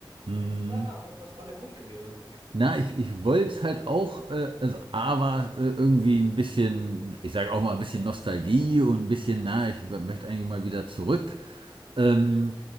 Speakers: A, on the right; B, on the right.
A: Mhm.
B: Ja, was, was war der Grund gewesen?
A: Na, ich, ich wollte es halt auch, äh, also A war äh, irgendwie ein bisschen, ich sage auch mal ein bisschen Nostalgie und ein bisschen, na, ich möchte eigentlich mal wieder zurück. Ähm,